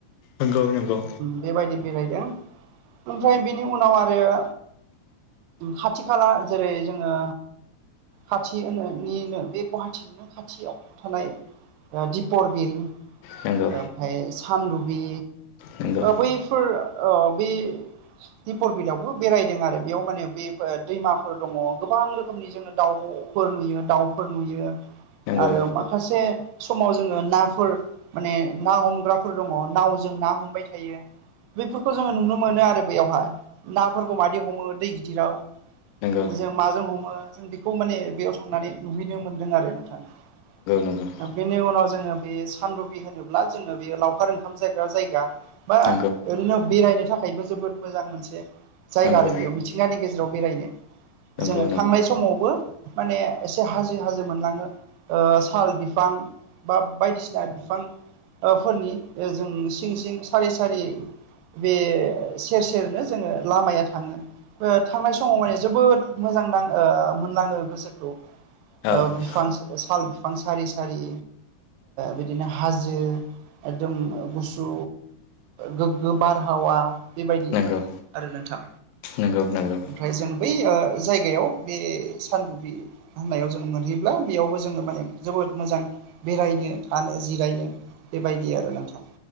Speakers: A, on the left; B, on the right.
A: नंगौ नंगौ
B: बेबायदि बेरायदों ओमफ्राय बेनि उनाव आरो खाथि खाला जेरै जोङो खाथि होननिनो बे गुवाहाटिनिनो खाथियाव थानाय दिपर बिल
A: नंगौ
B: ओमफाय सानदुबि
A: नंगौ
B: बैफोर ओ बै दिपर बिलयावबो बेरायदों आरो बेयाव माने बे दैमाफोर दङ। गोबां रोखोमनि जोङो दाउब'फोर नुयो दाउफोर नुयो।
A: दाउफोर नुयो
B: आरो माखासे समाव जोङो नाफोर माने ना हमग्राफोर दङ नावजों ना हमबाय थायो बेफोरखौ जोङो नुनो मोनो आरो बेयावहाय नाफोरखौ मादै हमो दै गिदिराव
A: बेखौ माने बेयाव
B: जों माजों हमो जों बिखौ बेयाव थांनानै नुहैनो मोनदों आरो नोंथां
A: गुरहैनो मोनदों आरो
B: बेनि उनाव जोङो बे सानदुबि होनोब्ला जोङो बेयो लावखार ओंखाम जाग्रा जायगा बा
A: नंगौ
B: ओरैनो बेरायनो था खायबो जोबोद मोजां मोनसे जायगा
A: नंगौ
B: आरो बेयाव मिथिंगानि गेजेराव बेरायनो
A: नंगौ
B: जोङो थांनाय समावबो माने हाजो हाजो मोनलाङो साल बिफां बा बायदिसिना बिफां फोरनि जों सिं सिं सारि सारि बे सेर सेरनो जोङो लामाया थाङो थांनाय समाव माने जोबोद मोजां नां नाङो गोसोखौ
A: मोन
B: ओ
A: नाङो। औ
B: बिफां साल बिफां सारि सारि बि दिनो हाजो एकदम गु सु गोग्गो बारहावा बेबायदि
A: नंगौ
B: आरो नोंथां
A: नंगौ नंगौ
B: ओमफ्राय जों बै जायगायाव बे सानदुबि होननायाव जों मोनहैब्ला बेयावबो जोङो माने जोबोद मोजां बेरायनो थानो जिराय नो बेबायदि आरो नोंथां